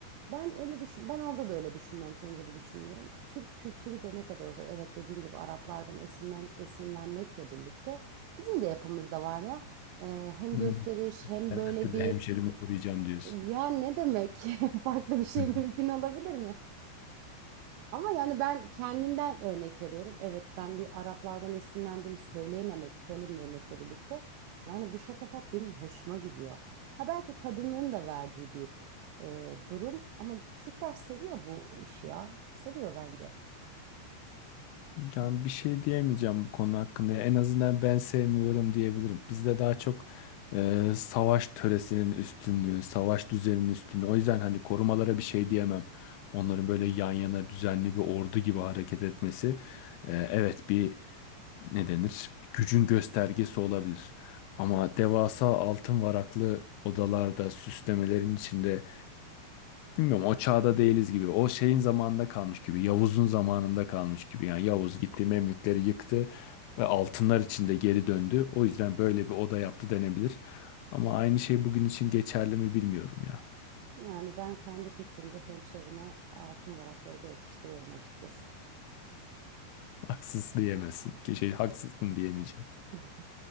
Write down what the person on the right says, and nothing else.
ben öyle düşün, ben orada da öyle düşünmüyorum, senin gibi düşünmüyorum. Türk kültürü de ne kadar olsa, evet dediğin gibi Araplardan esinlen, esinlenmekle birlikte bizim de yapımızda var ya. Ee, hem
gösteriş hem
böyle
bir
ya ne demek <laughs> farklı bir şey
mümkün olabilir mi? Ama yani ben kendimden örnek veriyorum. Evet ben bir Araplardan esinlendiğimi söyleyememek, söylememekle birlikte. Yani bu şatafat benim hoşuma gidiyor. Ha belki kadının da verdiği bir e, durum ama Türkler seviyor bu işi ya. Seviyor bence.
Yani ben kendi fikrimde hemşerime altın varakları da yakıştırıyorum açıkçası.
<laughs>